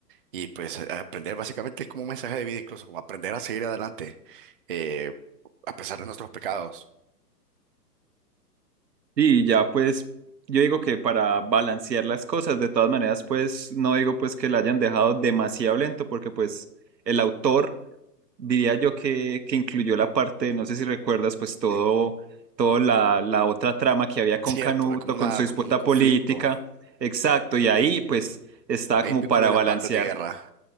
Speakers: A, on the right; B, on the right.
A: y pues a- aprender básicamente es como un mensaje de vida incluso como aprender a seguir adelante eh, a pesar de nuestros pecados
B: Y ya pues yo digo que para balancear las cosas, de todas maneras pues no digo pues que la hayan dejado demasiado lento porque pues el autor diría yo que, que incluyó la parte, no sé si recuerdas, pues todo,
A: Eh,
B: todo la, la otra trama que había con
A: cierto
B: Canuto,
A: es como una
B: con su disputa
A: como un conflicto
B: política. Exacto, y ahí pues estaba
A: Es
B: como
A: vínculo
B: para
A: en
B: balancear
A: las partes de guerra.